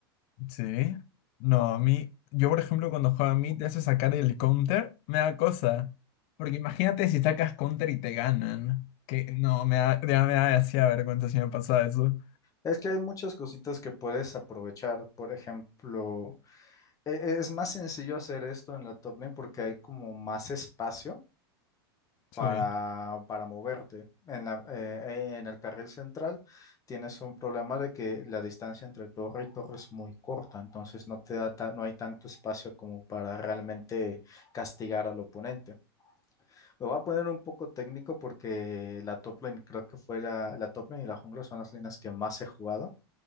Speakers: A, on the left; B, on the left.
A: sí. No, a mí, yo por ejemplo cuando juega a mí te hace sacar el counter, me da cosa. Porque imagínate si sacas counter y te ganan. Que no, me da, ya me da hacía vergüenza si me pasaba eso.
B: Es que hay muchas cositas que puedes aprovechar. Por ejemplo, e- e- es más sencillo hacer esto en la top lane porque hay como más espacio
A: Sí,
B: para, para moverte. En la, eh, en el carril central tienes un problema de que la distancia entre torre y torre es muy corta, entonces no te da ta- no hay tanto espacio como para realmente castigar al oponente. Me voy a poner un poco técnico porque la top lane creo que fue la, la top lane y la jungla son las líneas que más he jugado